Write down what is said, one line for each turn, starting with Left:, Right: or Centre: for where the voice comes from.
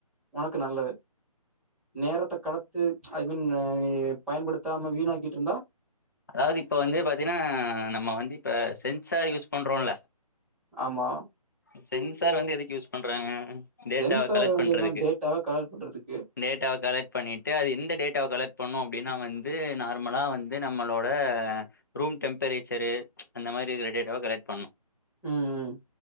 Centre: உனக்கு நல்லது நேரத்த கடத்து ஐ மீன் அ நீ பயன்படுத்தாம வீணாக்கிட்ருந்தா
Left: அதாவ்து இப்ப வந்து பாத்தீனா நம்ம வந்து இப்ப சென்சார் யூஸ் பண்றோல்ல
Centre: ஆமா
Left: அ சென்சார் வந்து எதுக்கு யூஸ் பண்றாங்க டேட்டாவ
Centre: சென்சார்
Left: கலெக்ட்
Centre: வந்து
Left: பண்றதுக்கு
Centre: என்ன டேட்டாவ கலெக்ட் பண்றதுக்கு
Left: டேட்டாவ கலெக்ட் பண்ணீட்டு அது எந்த டேட்டாவ கலெக்ட் பண்ணு அப்டினா வந்து நார்மலா வந்து நம்மளோட ரூம் டெம்பரேச்சரு அந்த மாரி இர்க்கற டேட்டாவ கலெக்ட் பண்ணு
Centre: ம் ம்